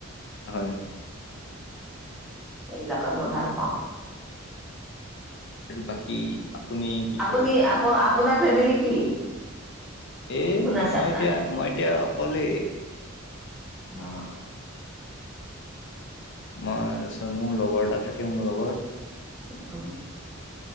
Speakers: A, on the left; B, in the centre.
A: হয় হয়।
B: এইবিলাকক মই ভাল পাওঁ।
A: আৰু বাকী? আপুনি কি
B: আপুনি,
A: কয়
B: আপোনাৰ ফেমিলি কি?
A: এ,
B: কোন আছে
A: মই
B: আপোনাৰ
A: এতিয়া, মই এতিয়া অকলেই।
B: অ'।
A: মই তাৰপিছত মোৰ লগৰ এটা থাকে মোৰ লগত।
B: অ'।